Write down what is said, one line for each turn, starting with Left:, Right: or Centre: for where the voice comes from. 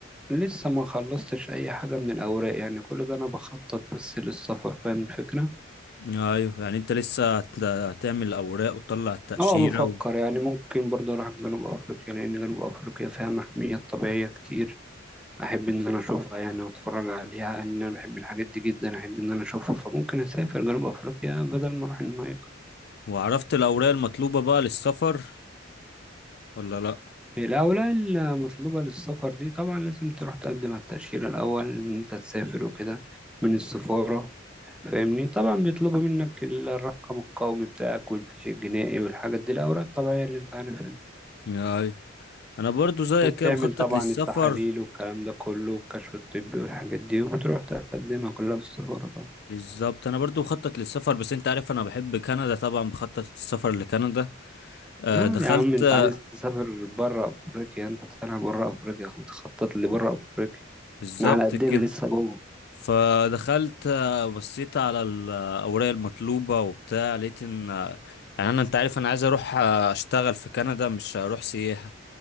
Centre: لسه ما خلصتش اي حاجة من الاوراق يعني كل ده انا بخطط بس للسفر فاهم الفكرة
Left: ايوه يعني انت لسه هت- هتعمل اوراق وتطلع التأشيرة
Centre: اه بفكر يعني ممكن برضه اروح جنوب افريقيا لان جنوب افريقيا فيها محميات طبيعية كتير احب ان انا اشوفها يعني واتفرج عليها لان انا بحب الحاجات دي جدا احب ان انا اشوفها فممكن اسافر جنوب افريقيا بدل ما اروح النايل
Left: وعرفت الأوراق المطلوبة بقى للسفر ولا لأ؟
Centre: الاوراق المطلوبة للسفر دي طبعا لازم تروح تقدم على التأشيرة الاول ان انت تسافر وكده من السفارة فاهمني طبعا بيطلبوا منك الرقم القومي بتاعك والفيش الجنائي والحاجات دي الأوراق الطبيعية اللي أنت عارفها دي
Left: أيوة أنا برضو زيك
Centre: وبتعمل
Left: كده بخطط
Centre: طبعا
Left: للسفر
Centre: التحاليل والكلام ده كله والكشف الطبي والحاجات دي وبتروح تقدمها كلها في السفارة طبعا
Left: بالظبط أنا برضو بخطط للسفر بس أنت عارف أنا بحب كندا طبعا بخطط السفر لكندا آه،
Centre: لا
Left: دخلت
Centre: يا عم انت
Left: آه،
Centre: عايز تسافر بره افريقيا انت طالع بره افريقيا بتخطط لبره افريقيا
Left: بالظبط
Centre: احنا على قدنا
Left: كده
Centre: لسه جوه
Left: فدخلت آه، بصيت على الأوراق المطلوبة وبتاع لقيت إن آه، يعني أنا أنت عارف أنا عايز أروح آه، أشتغل في كندا مش هروح سياحة